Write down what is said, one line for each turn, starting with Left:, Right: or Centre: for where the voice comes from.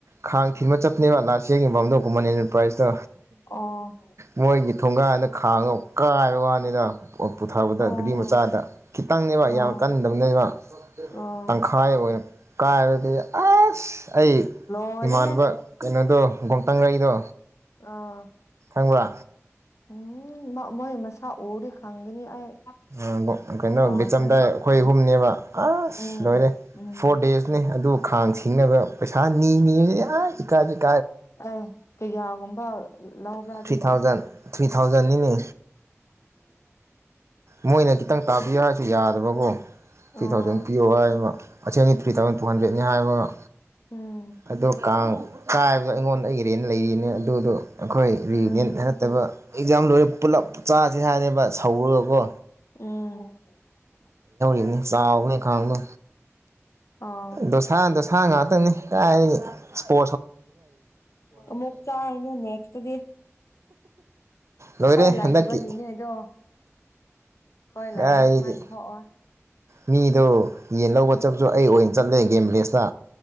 Right: ꯈꯥꯡ ꯊꯤꯟꯕ ꯆꯠꯄꯅꯦꯕ ꯂꯥꯁ ꯃꯗ ꯀꯨꯝꯃꯅꯤ ꯄ꯭ꯔꯥꯏꯖꯇꯣ
Left: ꯑꯣ
Right: ꯃꯣꯏꯒꯤ ꯊꯣꯡꯒꯥꯟꯅ ꯈꯥꯡꯉ ꯀꯥꯏꯕ ꯋꯥ ꯅꯤꯗ ꯄꯨꯊꯕꯗ
Left: ꯑꯣ
Right: ꯒꯔꯤ ꯃꯆꯥꯗ ꯈꯤꯇꯪꯅꯦꯕ
Left: ꯑꯣ
Right: ꯌꯥꯝ ꯀꯟꯗꯕꯅꯦꯕ
Left: ꯑꯣ
Right: ꯇꯪꯈꯥꯏ ꯑꯣꯏꯔ ꯑꯥꯏꯕꯗꯤ ꯑꯁ ꯑꯩ
Left: ꯂꯣꯏꯔꯦꯍꯦ
Right: ꯏꯃꯥꯟꯕ ꯀꯩꯅꯣ ꯇꯣ ꯕꯣꯡꯇꯥꯡꯉꯏꯗꯣ
Left: ꯑꯥ
Right: ꯎꯋꯥ
Left: ꯎꯝ ꯃ ꯃꯣꯏ ꯃꯁꯥ ꯎꯔꯗꯤ ꯈꯪꯒꯅꯤ ꯑꯩ
Right: ꯑ ꯕꯣ ꯀꯩꯅꯣ
Left: ꯀꯥꯎꯈ꯭ꯔꯦ
Right: ꯕꯤꯆꯝꯗꯥꯏ ꯑꯩꯈꯣꯏ
Left: ꯎꯝ
Right: ꯑꯍꯨꯝꯅꯦꯕ ꯑꯁ
Left: ꯎꯝ
Right: ꯂꯣꯏꯔꯦ ꯐꯣꯔ ꯗꯦꯖꯅꯤ ꯑꯗꯨ ꯈꯥꯡ ꯁꯤꯡꯅꯕ ꯄꯩꯁꯥ ꯅꯤ ꯅꯤ ꯑꯁ ꯏꯀꯥꯏ
Left: ꯑ ꯀꯩꯌꯥꯒꯨꯝꯕ ꯂꯧꯕ꯭ꯔꯥ ꯑꯗꯨꯒꯤꯍꯦ
Right: ꯊ꯭ꯔꯤ ꯊꯥꯎꯖꯟ ꯊ꯭ꯔꯤ ꯊꯥꯎꯖꯟꯅꯤꯅꯦ ꯃꯣꯏꯅ ꯈꯤꯇꯪ ꯇꯥꯕꯤꯌꯣ ꯍꯥꯏꯁꯨ ꯌꯥꯗꯕꯀꯣ ꯊ꯭ꯔꯤ
Left: ꯑꯣ
Right: ꯊꯥꯎꯖꯟ ꯄꯤꯌꯣ ꯍꯥꯏ ꯑꯗꯨꯒ ꯑꯆꯦꯟ ꯑꯅꯤ ꯊ꯭ꯔꯤ ꯊꯥꯎꯖꯟ ꯇꯨ ꯍꯟꯗ꯭ꯔꯦꯠꯅꯤ ꯍꯥꯏꯔꯒ
Left: ꯎꯝ
Right: ꯑꯗꯣ ꯀꯥꯡ ꯀꯥꯏ ꯍꯥꯏꯕꯗꯣ ꯑꯩꯉꯣꯟꯗ ꯏꯔꯦꯅꯦ ꯂꯩꯔꯤꯅꯦ ꯑꯗꯨꯗꯣ ꯑꯩꯈꯣꯏ
Left: ꯎꯝ
Right: ꯔꯤꯌꯨꯅꯤꯌꯟ ꯅꯠꯇꯕ ꯑꯦꯛꯖꯥꯝ ꯂꯣꯏꯔꯦ ꯄꯨꯂꯞ ꯆꯁꯤ ꯍꯥꯏꯅꯦꯕ ꯁꯧꯔꯨꯔꯀꯣ
Left: ꯎꯝ
Right: ꯅꯤ ꯁꯥꯕꯅꯤ ꯈꯥꯡ ꯂꯣ
Left: ꯑꯥ
Right: ꯗꯣꯁꯥ ꯗꯣꯁꯥ ꯉꯥꯛꯇꯪꯅꯤ ꯀꯥꯏ ꯏꯁꯄꯣ
Left: ꯑꯃꯃꯨꯛ ꯆꯥꯅ ꯅꯦꯛꯁ ꯗꯦ
Right: ꯂꯣꯏꯔꯦ
Left: ꯀꯣꯏ ꯂꯥꯛꯗꯕꯩꯅꯦꯗꯣ
Right: ꯍꯟꯗꯛꯀꯤ
Left: ꯀꯣꯏ
Right: ꯀꯥꯏꯗꯒꯤ
Left: ꯂꯥꯏꯔꯤꯁ ꯃꯥ ꯊꯣꯛꯑꯣ
Right: ꯃꯤꯗꯣ ꯌꯦꯟ ꯂꯧꯕ ꯆꯠꯄꯁꯨ ꯑꯩ ꯑꯣꯏꯅ ꯆꯠꯂꯦ ꯒꯦꯝꯕ꯭ꯔꯦꯖꯇ